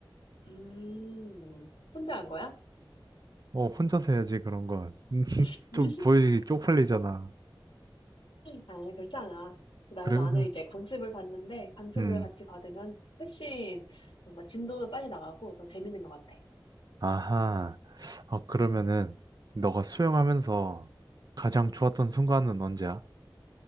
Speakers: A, on the left; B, on the right.
A: 음. 혼자 한 거야?
B: 어, 혼자서 해야지, 그런 건. <laughs>
A: <laughs>
B: 좀 보여지기 쪽팔리잖아.
A: 아니야, 그렇지 않아. 나,
B: 그래,
A: 나는 이제 강습을 받는데 강습을
B: 음,
A: 같이 받으면 훨씬 뭔가 진도도 빨리 나가고 더 재밌는 것 같아.
B: 아하. 어, 그러면은,
A: 응.
B: 너가 수영하면서 가장 좋았던 순간은 언제야?